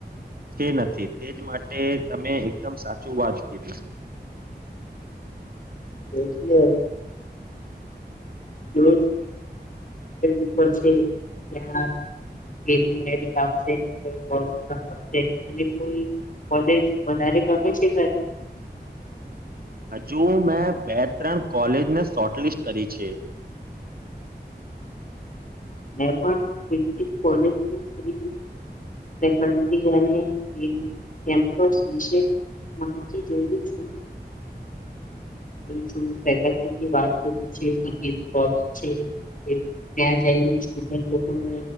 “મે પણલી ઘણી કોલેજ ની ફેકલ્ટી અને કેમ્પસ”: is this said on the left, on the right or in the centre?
Left